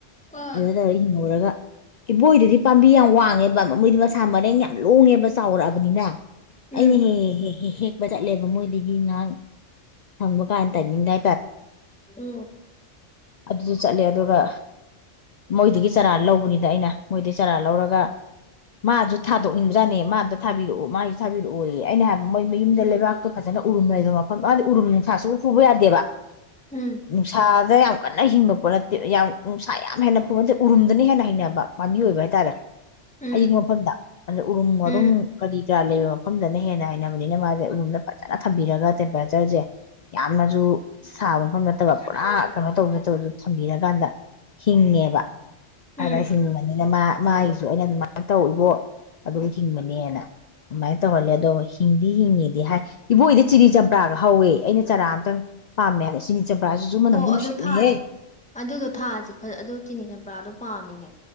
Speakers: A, in the centre; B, on the left.
A: ꯑ
B: ꯑꯗ ꯇꯧꯔꯒ ꯍꯤꯡꯍꯧꯔꯒ ꯏꯕꯣꯏꯗꯗꯤ ꯄꯥꯝꯕꯤ ꯌꯥꯝ ꯋꯥꯡ ꯄꯥꯟ ꯃꯣꯏꯗꯤ ꯃꯔꯦꯡ ꯌꯥꯝ ꯂꯣꯡꯉꯦꯕ ꯆꯥꯎꯔꯛꯑꯕꯅꯤꯅ ꯑꯩꯅ
A: ꯎꯝ
B: ꯍꯦ ꯍꯦ ꯍꯦ ꯍꯦ ꯍꯦꯛꯄ ꯆꯠꯂꯦꯕ ꯃꯣꯏꯗꯒꯤ ꯒꯤ ꯉꯥꯟ ꯁꯪꯕ ꯀꯥꯟ ꯇꯥꯏꯃꯤꯡ ꯅ
A: ꯎꯝ
B: ꯑꯗꯨꯁꯨ ꯆꯠꯂꯦ ꯑꯗꯨꯒ ꯃꯣꯏꯗꯒꯤ ꯆꯔꯥ ꯂꯧꯕꯅꯤꯗ ꯑꯩꯅ ꯃꯣꯏꯗꯩ ꯆꯥꯔꯥ ꯂꯧꯔꯒ ꯃꯥꯁꯨ ꯊꯥꯗꯣꯛ ꯖꯥꯅꯦ ꯃꯥ ꯑꯝꯇ ꯊꯕꯤꯔꯛꯑꯣ ꯃꯥꯒꯤꯁꯨ ꯊꯥꯕꯤꯔꯛꯑꯣ ꯑꯩꯅ ꯍꯥꯏꯕ ꯃꯣꯏ ꯃꯌꯨꯝꯗ
A: ꯎꯝ
B: ꯂꯩꯕꯥꯛꯇꯣ ꯐꯖꯅ ꯎꯔꯨꯝꯂꯩꯕ ꯃ ꯃꯗꯤ ꯎꯔꯨꯝ ꯅꯨꯡꯁꯥ ꯁꯨ ꯐꯨꯕ ꯌꯥꯗꯦꯕ
A: ꯎꯝ
B: ꯅꯨꯡꯁꯥꯗ ꯌꯥꯝ ꯀꯟꯅ ꯍꯤꯡꯕ ꯄꯣꯠ ꯅꯠꯇꯦ ꯌꯥꯝ ꯅꯨꯡꯁꯥꯏ ꯌꯥꯝ ꯍꯦꯟꯅ ꯐꯨꯕ ꯅꯠꯇꯦ ꯎꯔꯨꯝꯗꯅ ꯍꯦꯟꯅ ꯅꯦꯕ ꯄꯥꯝꯕꯤ ꯑꯣꯏꯕ ꯍꯥꯏꯇꯥꯔꯦ
A: ꯎꯝ
B: ꯑꯌꯤꯡꯕ ꯃꯐꯝꯗ ꯑꯗ ꯎꯔꯨꯝ ꯋꯥꯔꯨꯝ
A: ꯎꯝ
B: ꯀꯔꯤ ꯥꯀꯌꯥ ꯂꯩꯕ ꯃꯐꯝꯗꯅ ꯍꯦꯟꯅ ꯍꯩꯅꯕꯅꯤꯅ ꯃꯥꯖꯦ ꯎꯔꯨꯝꯗ ꯐꯖꯅ ꯊꯝꯕꯤꯔꯒ ꯇꯦꯝꯄꯔꯦꯆꯔꯖꯦ ꯌꯥꯝꯅꯁꯨ ꯁꯥꯕ ꯃꯐꯝ ꯅꯠꯇꯕ ꯄꯨꯔꯥ ꯀꯩꯅꯣ ꯇꯧꯕ ꯅꯠꯇꯕꯁꯨ ꯊꯝꯕꯤꯔꯀꯥꯟꯗ ꯍꯤꯡꯉꯦꯕ ꯑꯗꯩꯁꯨ
A: ꯎꯝ
B: ꯃꯨꯕ ꯅꯤꯅ ꯃꯥ ꯃꯥꯒꯤꯁꯨ ꯑꯩꯅ ꯑꯗꯨꯃꯥꯏꯅ ꯇꯧ ꯔꯨꯕꯣ ꯑꯗꯨꯝ ꯍꯤꯡꯕꯅꯦꯅ ꯑꯗꯨꯃꯥꯏꯅ ꯇꯧꯍꯜꯂꯦ ꯑꯗꯣ ꯍꯤꯡꯗꯤ ꯍꯤꯡꯉꯤꯗꯤ ꯍꯥꯏ ꯏꯕꯣꯏ ꯍꯣꯏꯗ ꯆꯤꯅꯤ ꯆꯝꯄ꯭ꯔꯥꯒ ꯍꯧꯋꯦ ꯑꯩꯅ ꯆꯔꯥ ꯑꯃꯇꯪ ꯄꯥꯝꯃꯦ ꯆꯤꯅꯤ ꯆꯝꯄ꯭ꯔꯥꯁꯤꯁꯨ ꯃꯅꯝꯗꯤ
A: ꯑꯣ
B: ꯅꯨꯡꯁꯤꯕꯅꯤꯍꯦ
A: ꯑꯗꯨ ꯊꯥꯁꯦ ꯑꯗꯨꯗꯣ ꯊꯥꯥꯁꯦ ꯑꯗꯨ ꯆꯤꯅꯤ ꯆꯝꯄ꯭ꯔꯥꯗꯣ ꯄꯥꯝꯃꯤꯅꯦ